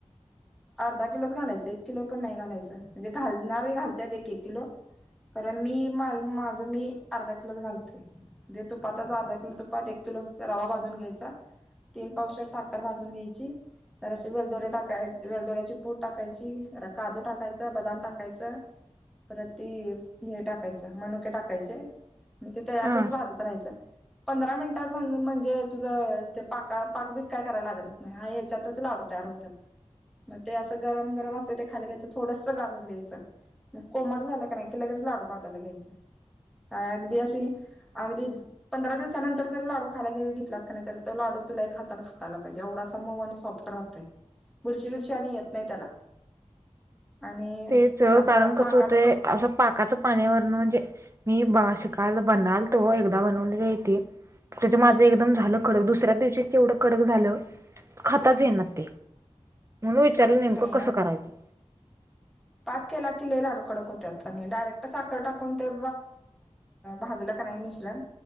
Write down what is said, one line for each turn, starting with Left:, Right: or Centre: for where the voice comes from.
Centre: अर्धा किलोच घालायच एक किलो पण नाही घालायचं म्हणजे घालणारे घालतत एक एक किलो कारण मी मा माझं मी अर्धा किलोच घालते ते तुपातचा अर्धा किलो तुपात एक किलो अस रवा भाजून घ्यायचा तीन पावशात साखर भाजून घ्यायची तर अशी वेलदोडे्या टाकाय वेलदोड्याची पूट टाकायची काजू टाकायची बदाम टाकायचं परती हे टाकायचं मनुके टाकायचे नाही ते त्या यातच
Right: हा
Centre: भाजत राहायचं पंधरा मिनिटात म्ह म्हणजे तुझं ते पाका पाक बी काय करायला लागतच नाही हा या्याच्यातच लाडतो होतात अस गरम गरम अस खालीय थोडस गारून द्यायचं कोमट झालं का नाही की लगेच लाडू बांधायला घ्यायचे अगदी अशी अगदी पंधरा दिवसानंतर जरी लाडू खायला गे घेतलास का नाही तर तो लाडू तुला एक हातार फुटायला पाहिजे एवढासा म आणि सॉफ्ट राहत बुरशी बिरशी आणि येत नाही त्याला आणि
Right: तेच
Centre: असा
Right: कारण कसं
Centre: पाकाचा
Right: होतय
Centre: जर
Right: असं पाकाच पाण्यावरण म्हणजे मी बघा शिकत काल बनल तो एकदा बनवलीतीे त्याचं माझं एकदम झालं कडक दुसऱ्या दिवशीच तेवढं कडक झालं खातच ये ना ते म्हणून विचारल नेमकं
Centre: नाही
Right: कसं करायचं
Centre: पाक केला की ले लाडू कडक होत आणि डायरेक्ट साखर टाकून ते भाज मिण